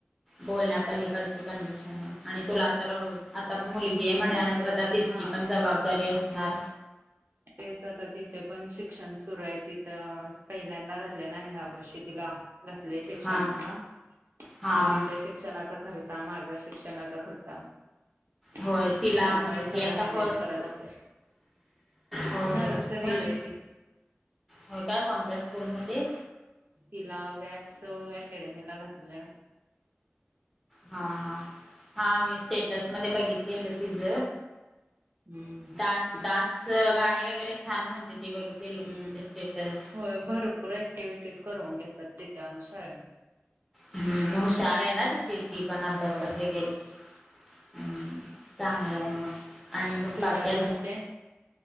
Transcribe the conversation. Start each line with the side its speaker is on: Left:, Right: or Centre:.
Centre: बोलण्यापलीकडची कंडिशन आहे आणि तुला तर आता मुलगी
Right: हम्म
Centre: म्हणल्यानंतर आता तिची
Right: हा
Centre: पण जबाबदारी असणार
Right: तेच आता तिच पण शिक्षण सुरू आहे तिचं पहिल्यांदाात ह वर्षी तिला घ श्षणा
Centre: हा हा
Right: मग ति श्षणा खर्च माझा शिक्षणाचा खर्च
Centre: होय
Right: त्यामुळे
Centre: तिला म्हणजे ती
Right: सगळं
Centre: आता
Right: हॅनडल
Centre: फर्स्ट
Right: करायला लागतेस
Centre: हो होय
Right: नाही रु सरीलायती
Centre: मुल होय काय कोणत्या स्कूलमध्ये
Right: तिला व्यास ला घातलं
Centre: हा हा हा मी स्टेटस मध्ये बघितलेलं तिझ
Right: हम्म.
Centre: डान्स डान्स गाणी वगैरे छान म्हणते ती बघितलेली
Right: हम्म
Centre: मी तिचे स्टेटस
Right: होय भरपूर ऍक्टिव्हटीज करून घेतात त्यािच्या अनुसार
Centre: हम्म हुशार आहे ना तर शिफ्टती पण अभ्यासात
Right: होय
Centre: वगैरे हम्म चांगलं आहे मग आणि मग
Right: तुझ्या
Centre: बाकीजून
Right: घरचे